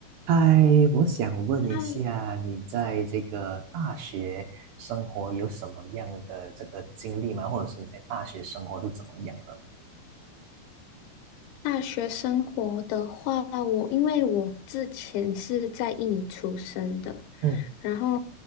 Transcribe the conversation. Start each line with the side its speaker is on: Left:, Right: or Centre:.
Right: 嗨，我想问一下，
Left: 嗨，
Right: 你在这个大学生活有什么样的这个经历吗？或者是你在大学生活是怎么样的？
Left: 大学生活的话，我因为我之前是在印尼出生的，
Right: 嗯，
Left: 然后